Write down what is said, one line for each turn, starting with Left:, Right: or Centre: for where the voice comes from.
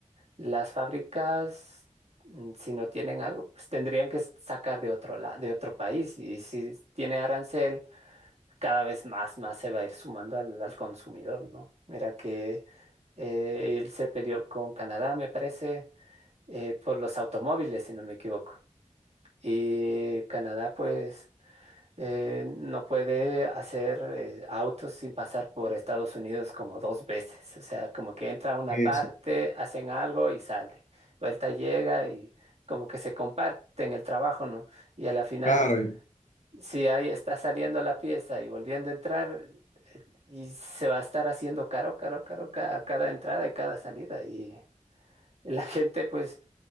Right: las fábricas, mm, si no tienen algo, pues tendrían que s- sacar de otro la- de otro país y si tiene arancel, cada vez más, más se va a ir sumando al, al consumidor, ¿no? Mira que eh, él se peleó con Canadá, me parece eh, por los automóviles, si no me equivoco. Y Canadá, pues, eh, no puede hacer eh, autos sin pasar por Estados Unidos como dos veces. O sea, como que entra a una
Left: Sí,
Right: parte,
Left: sí,
Right: hacen algo y sale. Vuelta llega y como que se comparten el trabajo, ¿no? Y a la final,
Left: claro,
Right: si ahí está saliendo la pieza y volviendo a entrar, eh, y se va a estar haciendo caro, caro, caro ca- a cada entrada y cada salida. Y la gente, pues